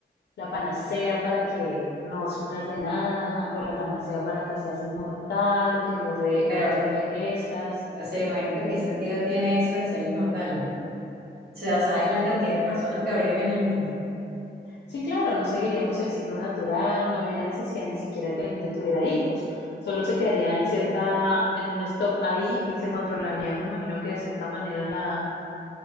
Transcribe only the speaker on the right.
Pero,
o sea, imagínate qué sentido tiene eso de ser inmortal. O sea, sabes la cantidad de personas que habrían en el mundo.